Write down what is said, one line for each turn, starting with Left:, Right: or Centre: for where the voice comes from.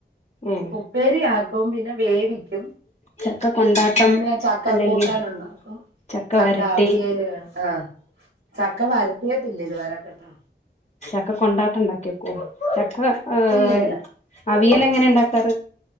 Left: ഏ
Right: ഉപ്പേരിയാക്കും പിന്നെ വേവിക്കും
Left: ചക്ക കൊണ്ടാട്ടം
Right: പിന്നെ ചക്ക
Left: അല്ലെങ്കിൽ
Right: കൂട്ടാൻ ഉണ്ടാക്കും
Left: ചക്ക
Right: ചക്കഅവിയല്
Left: വരട്ടി
Right: ആഹ് ചക്ക വരട്ടീട്ടില്ല ഇത് വരെ കേട്ടോ
Left: ചക്ക കൊണ്ടാട്ടം ഉണ്ടാക്കിവെക്കോ ച അ ആഹ്
Right: ഇല്ല ഇല്ല
Left: അവിയൽ എങ്ങനെ ഉണ്ടാക്കാറ്